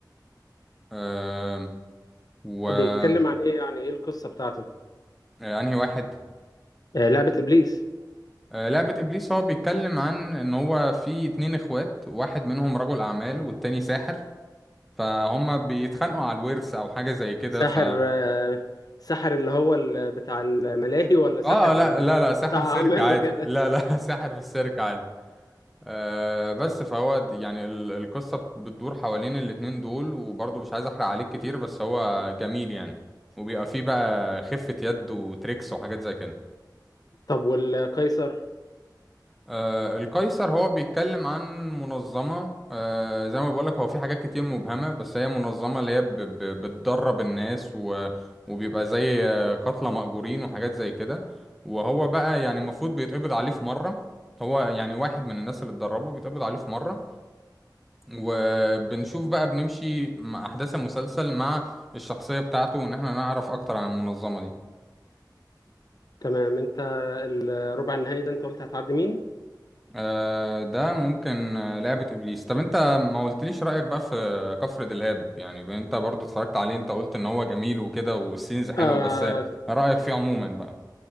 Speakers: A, in the centre; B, on the left.
A: آه، و آه،
B: بيتكلم عن ايه يعني ايه القصة بتاعته
A: انهي واحد
B: آه، لعبة ابليس
A: آه، لعبة ابليس هو بيتكلم عن ان هو في اتنين اخوات واحد منهم رجل اعمال والتاني ساحر فهما بيتخانقوا على الورث او حاجة زي كده
B: ساحر
A: ف
B: آه، ساحر اللي هو ال- بتاع الملاهي ولا ساحر
A: اه لا لا
B: آه،
A: لا ساحر
B: بتاع
A: سيرك
B: اعمال
A: عادي
B: وكده
A: لا لا <laughs> ساحر في السيرك عادي آه بس فهو د- يعني ال- القصة بتدور حوالين الاتنين دول وبرضه مش عايز احرق عليك كتير بس هو جميل يعني وبيبقى فيه بقى خفة يد وتريكس وحاجات زي كده
B: طب والقيصر
A: آه القيصر هو بيتكلم عن منظمة آه زي ما بقولك هو في حاجات كتير مبهمة بس هي منظمة اللي هي ب- ب- بتدرب الناس و وبيبقى زي آه، قتلى مأجورين وحاجات زي كده وهو بقى يعني المفروض بيتقبض عليه في مرة هو يعني واحد من الناس اللي اتدربوا بيتقبض عليه في مرة وبنشوف بقى بنمشي مع أحداث المسلسل مع الشخصية بتاعته وإن احنا نعرف أكتر عن المنظمة دي
B: تمام انت الربع النهائي ده انت قلت هتعدي مين
A: آه، ده ممكن آه، لعبة إبليس طب أنت ما قلتليش رأيك بقى في كفر دلهاب يعني أنت برضو اتفرجت عليه أنت قلت إن هو جميل وكده والسينز حلوة
B: آه
A: بس رأيك فيه عموما بقى